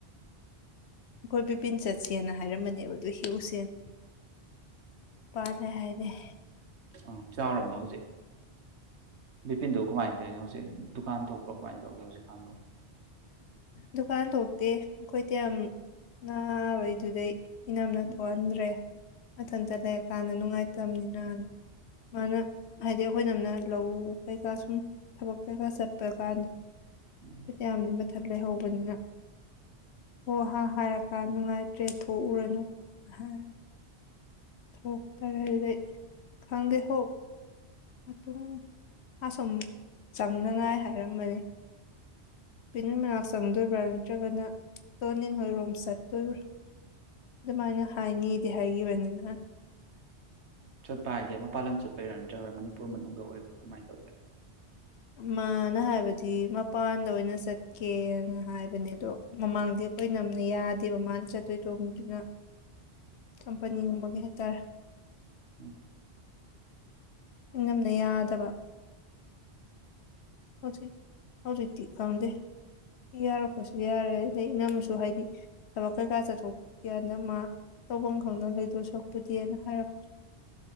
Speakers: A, on the left (about 75°); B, on the right (about 85°).
A: ꯑꯩꯈꯣꯏ ꯕꯤꯄꯤꯤꯟ ꯆꯠꯁꯦꯅ ꯍꯥꯏꯔꯝꯕꯅꯦꯕ ꯑꯗꯨ ꯍꯦꯛꯎꯁꯦꯅ ꯄꯥꯂꯦ ꯍꯥꯏꯅꯦꯦ
B: ꯎꯝ ꯆꯥꯎꯝꯃꯦ ꯍꯧꯖꯤꯛ ꯕꯤꯄꯤꯟꯗꯣ ꯀꯃꯥꯏꯅ ꯇꯧꯔꯤꯅꯣ ꯍꯧꯖꯤꯛ ꯗꯨꯀꯥꯟ ꯊꯣꯛꯄ꯭ꯔꯣ ꯀꯃꯥꯏꯅ ꯇꯧꯒꯦ ꯍꯧꯖꯤꯛꯀꯥꯟꯕꯨ
A: ꯗꯨꯀꯥꯟ ꯊꯣꯛꯇꯦ ꯑꯩꯈꯣꯏꯗꯤ ꯌꯥꯝ ꯅꯥꯕꯩ ꯑꯗꯨꯗꯩ ꯏꯅꯝꯅ
B: ꯎꯝ
A: ꯊꯣꯛꯍꯟꯗ꯭ꯔꯦ ꯃꯊꯟꯇ ꯂꯩꯔꯀꯥꯟꯗ ꯅꯨꯡꯉꯥꯏꯇ ꯅ ꯃꯥꯅ ꯍꯥꯏꯗꯤ ꯑꯩꯈꯣꯏꯅ ꯑꯃꯅ ꯂꯧ ꯀꯩꯀꯥ ꯁꯨꯝ ꯊꯕꯛ ꯀꯩꯀꯥ ꯆꯠꯄ ꯀꯥꯟꯗ
B: ꯎꯝ
A: ꯐꯗꯤꯗꯤ ꯃ ꯍꯧꯕꯅꯤꯅ ꯍ ꯑꯍ ꯍꯥꯏꯔꯀꯥꯟ ꯅꯨꯡꯉꯥꯏꯇ꯭ꯔꯦ ꯊꯣꯛꯎꯔꯅꯨ ꯍꯥꯏ ꯊꯣꯛ ꯇꯔ ꯂꯩ ꯈꯪꯗꯦ ꯍ ꯃꯇꯨꯡ ꯑꯁꯨꯝ ꯆꯪꯅꯉꯥꯏ ꯍꯥꯏꯔꯝꯕꯅꯤ ꯄꯅꯨ ꯃꯅꯥꯛ ꯆꯪꯗꯣꯏꯕ꯭ꯔꯥ ꯅꯠꯇ꯭ꯔꯒꯅ ꯇꯣꯟ ꯍꯣꯏꯔꯣꯝ ꯆꯠꯇꯣꯏꯕ꯭ꯔꯥ ꯑꯗꯨꯃꯥꯏꯅ ꯍꯥꯏꯅꯤꯗꯤ ꯍꯥꯏꯈꯤꯕꯅꯤ ꯅꯍꯥꯟ
B: ꯆꯠꯄ ꯍꯥꯏꯗꯤ ꯃꯄꯥꯥꯟ ꯂꯝ ꯆꯠꯄꯩꯔꯥ ꯅꯠꯇ꯭ꯔꯒꯔ ꯃꯅꯤꯄꯨꯔ ꯃꯅꯨꯡꯗ ꯑꯣꯏꯕ꯭ꯔꯥ ꯀꯃꯥꯏꯅ ꯇꯧꯒꯦ
A: ꯑꯃꯅ ꯍꯥꯏꯕꯗꯤ ꯃꯄꯥꯟꯗ ꯑꯣꯏꯅ ꯆꯠꯀꯦꯅ ꯍꯥꯏꯕꯅꯦ ꯑꯗꯣ ꯃꯃꯥꯡꯗꯤ ꯑꯩꯈꯣꯏ ꯅꯝꯅ ꯌꯥꯗꯦꯕ ꯃꯥꯅ ꯆꯠꯇꯣꯏꯗꯣꯗꯨꯅ ꯀꯝꯄꯅꯤꯒꯨꯝꯕꯒꯤꯩ ꯍꯥꯏꯇꯥꯔꯦ
B: ꯎꯝ
A: ꯝꯅ ꯌꯥꯗꯕ ꯍꯧꯖꯤꯛ ꯍꯧꯖꯤꯛꯇꯤ ꯈꯪꯗꯦ ꯌꯥꯔꯛꯄꯁꯨ ꯌꯥꯔꯦ ꯑꯗꯩ ꯏꯉꯝꯁꯨ ꯍꯥꯏꯗꯤ ꯊꯕꯛ ꯀꯩꯀꯥ ꯆꯠꯊꯣꯛꯀꯦꯗ ꯃꯥ ꯇꯐꯝ ꯈꯪꯗꯅ ꯂꯩꯗꯣꯏ ꯁꯣꯛꯄꯗꯤꯅ ꯍꯥꯏꯔꯛꯄꯁꯨ